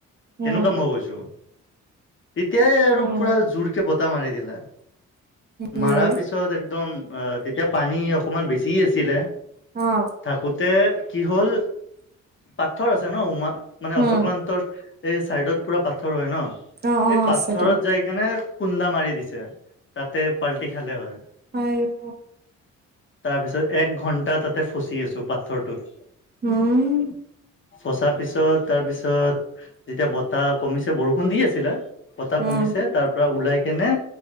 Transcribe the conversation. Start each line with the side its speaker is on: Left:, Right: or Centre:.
Left: তেনেকুৱা
Right: উম
Left: মই কৈছো। তেতিয়াই আৰু
Right: উম
Left: পুৰা জোৰকে বতাহ মাৰি দিলে।
Right: ইয়ে
Left: মাৰা পিছত একদম অ তেতিয়া পানী অকমান বেছি আছিলে।
Right: অ
Left: থাকোতে কি হ'ল পাথৰ আছে ন উমা। মানে
Right: উম
Left: অশ্বক্লান্তৰ এই চাইডত পুৰা পাথৰ হয় ন',
Right: অ অ
Left: এই পাথৰত
Right: আছে দিয়া
Left: যাই কেনে খুন্দা মাৰি দিছে। তাতে পাল্টি খালে হয়।
Right: আইও
Left: তাৰ পিছত এক ঘন্টা তাতে ফচি আছোঁ পাথৰটোত।
Right: উম।
Left: ফচা পিছত, তাৰ পিছত যেতিয়া বতাহ কমিছে, বৰষুণ দি আছিলে বতাহ
Right: উম
Left: কমিছে। তাৰ পৰা ওলাই কিনে